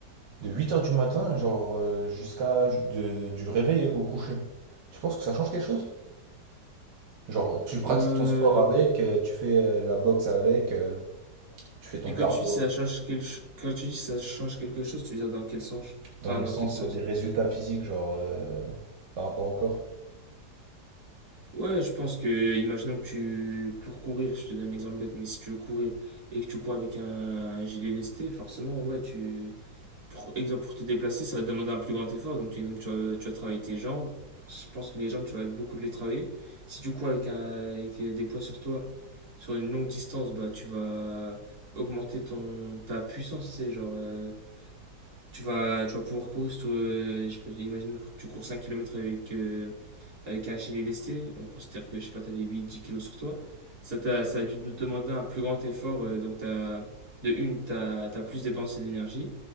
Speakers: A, on the right; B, on the right.
A: de huit heures du matin, genre, euh, jusqu'à de- du réveil au coucher. Tu penses que ça change quelque chose? Genre, tu pratiques
B: Euh,
A: ton sport avec, euh, tu fais euh, la boxe avec, euh, tu fais ton
B: et quand
A: cardio,
B: tu dis ça
A: euh,
B: change quel- quand tu dis ça change quelque chose, tu veux dire dans quel sens? Enfin,
A: dans le
B: dans
A: sens
B: quel sens
A: euh, des résultats
B: ça?
A: physiques, genre, euh, par rapport au corps.
B: Ouais, je pense que, imaginons que tu, pour courir, je te donne l'exemple bête, mais si tu veux courir et que tu cours avec un, un gilet lesté, forcément, ouais, tu, pour exemple, pour te déplacer, ça va te demander un plus grand effort. Donc, exemple, tu vas, tu vas travailler tes jambes. Je pense que les jambes, tu vas beaucoup les travailler. Si tu cours avec, un- avec des poids sur toi, sur une longue distance, bah, tu vas augmenter ton, ta puissance, tu sais, genre, euh, tu vas, tu vas pouvoir courir sur, euh, je sais pas, imagine que tu cours 5 kilomètres avec, euh, avec un gilet lesté, on considère que, je sais pas, t'avais 8 dix kilos sur toi, ça, t'a- ça a dû nous demander un plus grand effort. euh, donc, t'as, de une, t'as as plus dépensé d'énergie,